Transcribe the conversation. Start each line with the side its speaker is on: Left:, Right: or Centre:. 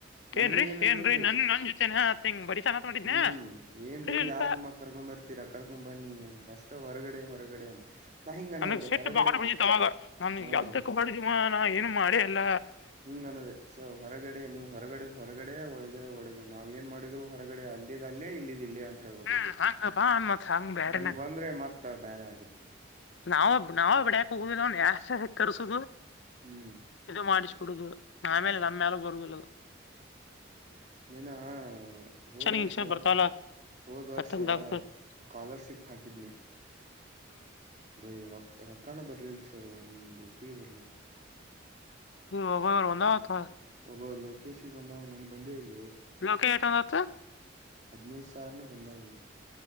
Right: ನಮಗೂ
Left: ಏನ್ರರಿ
Right: ಏನ್ ಅನ್ಲಿಲ್
Left: ಏನ್ರರಿ
Right: ಬೈ
Left: ನನ್ ನನ್ ಜೊತೆನೆ ತಿಂಗ್ ಬಡ ತಾನತ್ಗೊಂಡಿದನೆಲ್ಪ.
Right: ಹ್ಮ್ ಏನ್ರೀ ಯಾರ್ ನಮಗ್ ಕರ್ಕೊಂಡ್ ಬರ್ತೀರಾ ಕರ್ಕೊಂಬನ್ನಿ ಅಂತ ಅಷ್ಟ ಹೊರಗಡೆ ಹೊರಗಡೆ ಅಂತ ನಾ ಹಿಂಗ ಅನ್ನೋದೆ
Left: ನನಗ್ ಸೆಟ್ಟ
Right: ಹೊರಗಡೆ
Left: ಬಜತ್ ಅವಾಗ ನನ್ಗ್
Right: ಹ್ಮ್
Left: ಎಲ್ದಕ್ ಬಡ್ದಮ್ಮ ನಾ ಏನು ಮಾಡೆ ಎಲ್ಲ
Right: ಹಿಂಗ್ ಅನ್ನೋದ ಹೊರಗಡೆ ನೀವು್ ಹೊರಗಡೆ ಹೊರಗಡೆ ಒಳಗೆದ ಒಳಗಡೆ ನಾವ್ ಏನ್ ಮಾಡಿದ್ರು ಹೊರಗಡೆ ಅಲ್ಲಿದ ಅಲ್ಲೇ ಇಲ್ಲದಿಲ್ಲೇ ಅ ಹಳ್ಬಿ
Left: ಹ್ಮ್ ಹಂಗ ಬಾ ಅನ್ ಮತ್ ಹಂಗ್ ಬ್ಯಾರೆನ
Right: ಹಂಗ ಬಂದ್ರೆ ಮತ್ತ ಬೇರೆ ಆಗತ್
Left: ನಾವ ನಾವ ಬಿಡ ಕೂ ಯ ಕಸು
Right: ಹ್ಮ್
Left: ಇ ಮಾಡ ಹಡದು ಆಮೇಲೆ ನಮ್ಮ್ಯಾಲ ಬರುದಿಲ್ಲದು
Right: ಮೇನಾ ಹೋದ್
Left: ಗಿಂಕ್ಷನ್
Right: ವರ್ಸ
Left: ಬರ್ತಾವಲ್ಲ
Right: ಹೋದ್ ವರ್ಷ
Left: ಕತ್ತಲ್ದಾಗ
Right: ಸ್ಕಾಲರ್ಶಿಪ್ ಹಾಕಿದ್ನೆ. ಬೈ ರೊ ರೊಕಣ ಬರ್ಲಿಲ್ಲ ಸರ್ ಒಂದ್ ರೂಪಾಯಿ ಬರ್ಲಿಲ್ಲ.
Left: ಹಬ ರೋಂದತ
Right: ಒಬ್ಬ ಲೋಕೇಶಿಗೆ ಬಂದಾವ ನನು ಬಂದಿಲ್ಲ.
Left: ಲೋಕೇ ಎಟಂತತ್ತ
Right: ಹದಿನೈ ಸಾರ ನ ಬಂದೋ ಬಾಯಿ